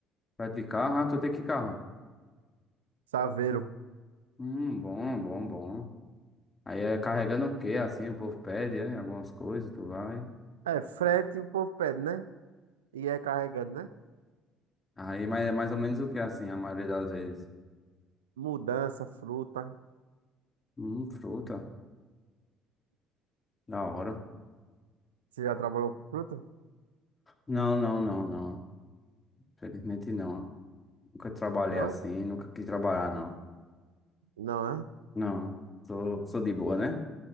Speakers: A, on the left; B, on the right.
A: Frete de carro? Ah, tu tem que carro?
B: Saveiro.
A: Hum, bom, bom, bom. Aí é carregando o quê, assim, o povo pede, é, algumas coisas, tu vai.
B: É, frete o povo pede, né? E é carregando né?
A: Aí, mas é mais ou menos o que, assim, a maioria das vezes?
B: Mudança, fruta.
A: Hum, fruta, da hora.
B: Você já trabalhou com fruta?
A: Não, não, não, não. Felizmente não. Nunca trabalhei
B: Não?
A: assim, nunca quis trabalhar, não.
B: Não, né?
A: Não, sou, sou de boa, né?